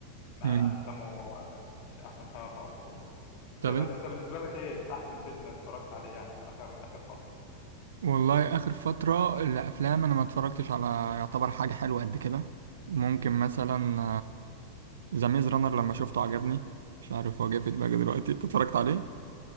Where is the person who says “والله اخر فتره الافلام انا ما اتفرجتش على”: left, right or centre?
Right